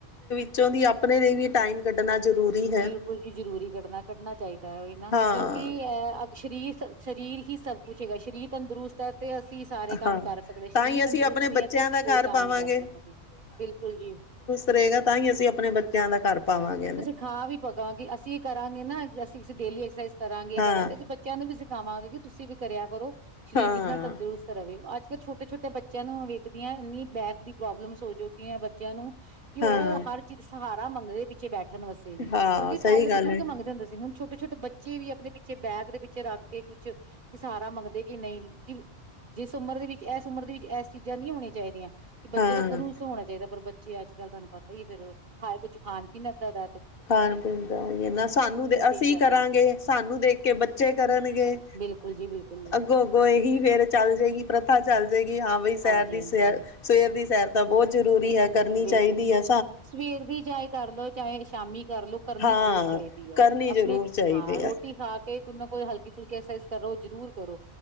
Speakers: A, on the left; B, on the right.
A: ਵਿੱਚੋ ਦੀ ਅਪਣੇ ਲਈ ਵੀ ਟਾਈਮ ਕੱਢਣਾ ਜ਼ਰੂਰੀ ਹੈ
B: ਬਿਲਕੁਲ ਜੀ ਜ਼ਰੂਰੀ ਕੱਢਣਾ, ਕੱਢਣਾ ਚਾਹੀਦਾ ਓਹੀ ਨਾ,
A: ਹਾਂ
B: ਕਿਉਂਕਿ ਅ ਸਰੀਰ ਸਰੀਰ ਹੀ ਸਭ ਕੁਛ ਹੈਗਾ, ਸਰੀਰ ਤੰਦਰੁਸਤ ਐ ਤੇ ਅਸੀਂ ਸਾਰੇ ਕੰਮ
A: ਹਾਂ
B: ਕਰ ਸਕਦੇ
A: ਤਾਂ
B: ਸਰੀਰ
A: ਹੀ
B: ਤੰਦਰੁਸਤ
A: ਅਸੀਂ ਆਪਣੇ
B: ਨੀ
A: ਬੱਚਿਆਂ
B: ਐ ਤੇ ਅਸੀਂ
A: ਦਾ ਘਰ
B: ਕੋਈ ਕੰਮ
A: ਪਾਵਾਂਗੇ।
B: ਨੀ ਕਰ ਸਕਦੇ। ਬਿਲਕੁਲ ਜੀ।
A: ਰਰੇਗਾ ਤਾਂਹੀ ਅਸੀਂ ਅਪਣੇ ਬੱਚਿਆਂ ਦਾ ਘਰ ਪਾਵਾਂਗੇ।
B: ਖਾਂ ਵੀ ਪਕਾਂਗੇ ਅਸੀਂ ਇਹ ਕਰਾਂਗੇ ਨਾ ਅਸੀਂ ਡੇਲੀ ਐਕਸਰਸਾਈਜ਼ ਕਰਾਂਗੇ ਇਹ
A: ਹਾਂ
B: ਕਰਾਂਗੇ ਅਸੀਂ <unintelligible> ਬੱਚਿਆਂ ਨੂੰ ਵੀ ਸਿਖਾਵਾਂਗੇ ਕਿ ਤੁਸੀਂ ਵੀ ਕਰਿਆ ਕਰੋ ਸਰੀਰ
A: ਹਾਂ
B: ਜਿਨ੍ਹਾਂ ਤੰਦਰੁਸਤ ਰਵੇ ਅੱਜ ਕੱਲ ਛੋਟੇ ਛੋਟੇ ਬੱਚਿਆਂ ਨੂੰ ਵੇਖਦੀ ਆ ਇੰਨੀ ਬੈਕ ਦੀ ਪ੍ਰੋਬਲਮਸ ਹੋ ਚੁੱਕੀ ਏ ਬੱਚਿਆਂ ਨੂੰ ਕੀ ਓ
A: ਹਾਂ
B: ਹਰ ਚੀਜ਼ ਸਹਾਰਾ ਮੰਗਦੇ ਪਿੱਛੇ ਬੈਠਣ ਵਾਸਤੇ ਵੀ ਕਿਉਂਕਿ
A: ਹਾਂ ਸਹੀ
B: ਪਹਿਲੇ
A: ਗੱਲ
B: ਬਜ਼ੁਰਗ
A: ਹੈ
B: ਮੰਗਦੇ ਹੁੰਦੇ ਸੀ। ਛੋਟੇ ਛੋਟੇ ਬੱਚੇ ਵੀ ਆਪਣੇ ਪਿੱਛੇ ਬੈਕ ਦੇ ਵਿੱਚ ਰੱਖ ਕੇ ਕੁਝ ਸਾਰਾ ਮੰਗਦੇ ਕਿ ਨਹੀਂ ਜਿਸ ਉਮਰ ਦੇ ਵਿੱਚ ਏਸ ਉਮਰ ਦੀ ਐਸ ਚੀਜ਼ਾਂ ਨਹੀਂ ਹੋਣੀ ਚਾਈ ਦੀਆਂ। ਕਿ
A: ਹਾਂ
B: ਬੱਚੇ ਦਾ ਤਾਂ ਰੂਲਸ ਹੋਣਾ ਚਾਈਦਾ ਪਰ ਬੱਚੇ ਅੱਜ ਕੱਲ ਤੁਹਾਨੂੰ ਪਤਾ ਹੀ ਫੇਰ ਖਾਏ ਕੁਛ ਖਾਣ- ਪੀਣ ਇੱਦਾਂ ਦਾ ਐ
A: ਖਾਣ-ਪੀਣ ਦਾ ਓਹੀ ਆ ਨਾ ਸਾਨੂੰ ਦੇ ਅਸੀਂ
B: ਚੇਂਜ ਹੋਇਆ
A: ਕਰਾਂਗੇ
B: ਪਿਆ
A: ਸਾਨੂੰ ਦੇਖ ਕੇ ਬੱਚੇ ਕਰਨਗੇ।
B: ਬਿਲਕੁਲ ਜੀ ਬਿਲਕੁਲ ਜੀ।
A: ਅਗੋ-ਅਗੋ ਏਹੀ ਫੇਰ ਚੱਲ ਜੇਗੀ ਪ੍ਰਥਾ ਚੱਲ ਜੇਗੀ ਹਾਂ ਬਈ ਸੈਰ
B: ਹਾਂਜੀ
A: ਦੀ
B: ਹਾਂਜੀ
A: ਸੈਰ ਸਵੇਰ ਦੀ ਸੈਰ ਤਾ ਬਹੁਤ ਜ਼ਰੂਰੀ ਐ। ਕਰਨੀ ਚਾਈਦੀ
B: ਬਿਲਕੁਲ
A: ਐ।
B: ਸਵੇਰ ਦੀ ਚਾਹੇ ਕਰਲੋ ਚਾਹੇ ਸ਼ਾਮੀ ਕਰਲੋ। ਕਰਨੀ
A: ਹਾਂ
B: ਜ਼ਰੂਰੀ ਚਾਈਦੀ ਐ।
A: ਕਰਨੀ
B: ਆਪਣੇ
A: ਜ਼ਰੂਰ ਚਾਹੀਦੀ
B: ਹਾਂ ਰੋਟੀ
A: ਹੈ
B: ਖਾ ਕ ਤੇ ਕੋਈ ਨਾ ਕੋਈ ਹਲਕੀ-ਫੁਲਕੀ ਐਕਸਸਾਈਜ਼ ਕਰੋ ਜ਼ਰੂਰ ਕਰੋ